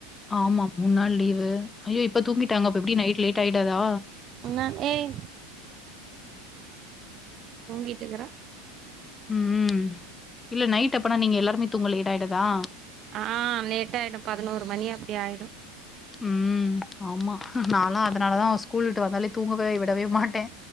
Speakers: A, on the left; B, on the right.
A: ஆமா மூணு நாள் லீவு ஐயோ இப்ப தூங்கிட்டாங்க அப்ப எப்படி நைட் லேட் ஆயிடாதா
B: ஆனா ஏய் தூங்கிட்டு இருக்குற
A: உம் இல்ல நைட் அப்பனா நீங்க எல்லாருமே தூங்க லேட் ஆயிடதா
B: ஆ லேட் ஆயிடு பதினோரு மணி அப்படி ஆயிடு
A: உம் ஆமா நாலா அதனாலதா ஸ்கூல் விட்டு வந்தாலே தூங்கவே விடவே மாட்ட